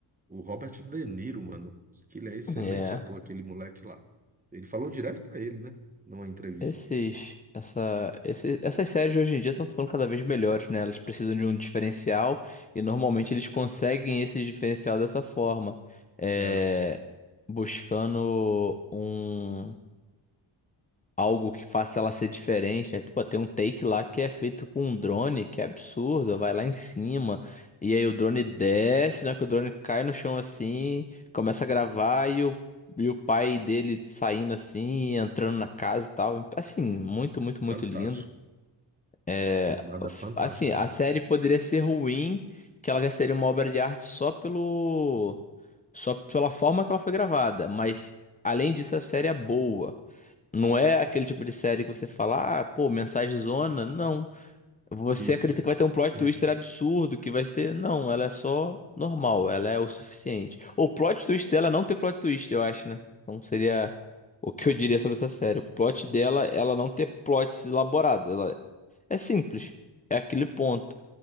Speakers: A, on the right (about 15°); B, on the left (about 15°).
A: O Robert De Niro, mano, diz que ele é excelente
B: É.
A: ator, aquele moleque lá. Ele falou direto pra ele, né? Numa entrevista.
B: Esses, essa, esse, essas séries hoje em dia estão ficando cada vez melhores, né? Elas precisam de um diferencial e normalmente eles conseguem esse diferencial dessa forma, é,
A: É,
B: buscando um algo que faça ela ser diferente, né? Tipo, tem um take lá que é feito com um drone, que é absurdo, vai lá em cima, e aí o drone desce, na que o drone cai no chão assim, começa a gravar e o, e o pai dele saindo assim, entrando na casa e tal. Assim, muito, muito, muito
A: fantástico.
B: lindo. É,
A: Tomada
B: F-
A: fantástica
B: Assim, a
A: mesmo.
B: série poderia ser ruim, que ela já seria uma obra de arte só pelo, só pela forma que ela foi gravada, mas além disso, a série é boa. Não é aquele tipo de série que você fala, ah, pô, mensagem zona. Não. Você
A: Isso,
B: acredita que vai ter um plot
A: isso.
B: twister absurdo, que vai ser. Não, ela é só normal, ela é o suficiente. O plot twist dela é não ter plot twist, eu acho, né? Então seria o que eu diria sobre essa série. O plot dela, é ela não ter plots elaborados. Ela é simples. É aquele ponto.